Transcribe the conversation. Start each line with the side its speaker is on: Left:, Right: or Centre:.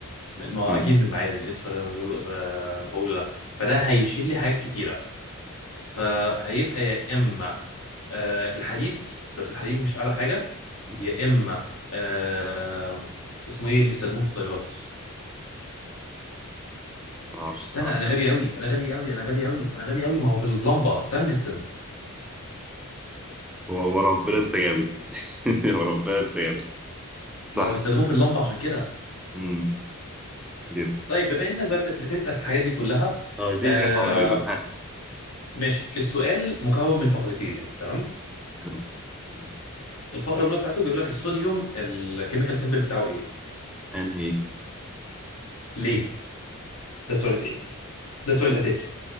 Left: ما هو
Centre: مم.
Left: اكيد من المعادن ايه السؤال اللي أنا بقوله ب- بقوله ده فده هيشيل لي حاجات كتيره فهيبقى يا اما آه الحديد بس الحديد مش اعلى حاجه
Centre: مم.
Left: يا اما آه اسمه ايه اللي بيستخدموه في الطيارات
Centre: ما اعرفش الصراحه
Left: استنى انا غبي قوي انا غبي قوي انا غبي قوي انا غبي قوي ما هو في اللمبه التنجستن
Centre: و- وربنا انت جامد <laughs> وربنا انت جامد صح
Left: ما هو بيستخدموه في اللمبه عشان كده
Centre: مم. جامد
Left: طيب بما انك بقى بت- بتسال الحاجات دي كلها
Centre: اه دي
Left: آه
Centre: حاجه صعبه قوي بقى ها
Left: ماشي السؤال مكون من فقرتين تمام
Centre: يا رب آه،
Left: الفقره الاولى بتاعته بيقول لك الصوديوم الكيميكال سيمبل بتاعه ايه
Centre: ان ايه
Left: ليه ده السؤال التاني ده السؤال الاساسي